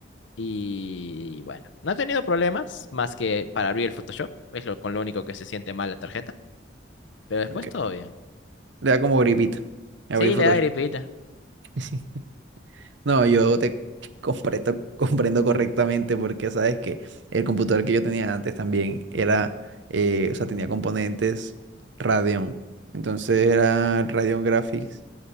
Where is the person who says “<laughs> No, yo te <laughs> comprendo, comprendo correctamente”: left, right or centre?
Right